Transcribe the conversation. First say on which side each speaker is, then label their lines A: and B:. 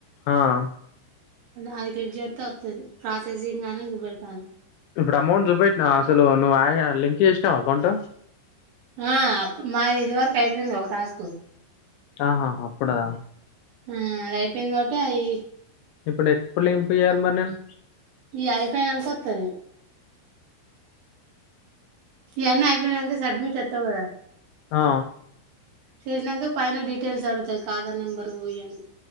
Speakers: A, on the left; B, on the right.
A: ఆయ్
B: అది క్లిక్ చేస్త వస్తుది ప్రాసెసింగ్ అనేది పెడతుంది
A: ఇప్పుడు అమౌంట్ జుబెట్టినా అసలు నువ్ లింకేజ్ కొట్టినవ అకౌంట
B: ఆ మాది వరకు అయిపోయింది ఒక టాస్క్
A: ఆహ హ అప్పుడా
B: ఉమ్ అది అయిపోయింది కాబట్టి అవి
A: ఇప్పుడ్ ఎప్పుడ్ ఇంపయాలి మరి నేను
B: ఇ అయిపోయినాక వస్తాను ఎన్న అయిపోయినాక సడ్మిట్ కొడతా కదా
A: ఆ
B: చేసినాక పైన డీటెయిల్స్ అడుతాయి కాదర్ నెంబర్ ఇయన్నీ